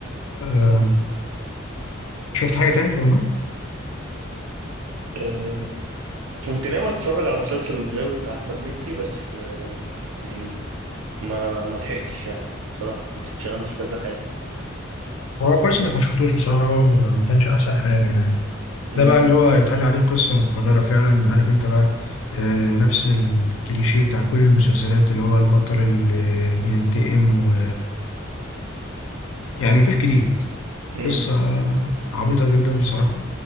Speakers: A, on the left (about 70°); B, on the right (about 80°).
A: آه. شفت حاجة تاني في رمضان
B: آه كنت ناوي اتفرج على مسلسل الغاوي بتاع احمد مكي بس آه م- ما ما لحقتش يعني بصراحه كنت اتشغلت في كذا حاجه
A: هو كويس انك ما شفتوش بصراحة هو ما ما كانش احسن حاجة يعني
B: امم
A: ده بقى اللي هو يتقال عليه قصة متكررة فعلا عارف انت بقى آه، نفس الكليشيه بتاع كل المسلسلات اللي هو البطل اللي بينتقم و يعني مفيش جديد
B: امم
A: قصة عبيطة جدا بصراحة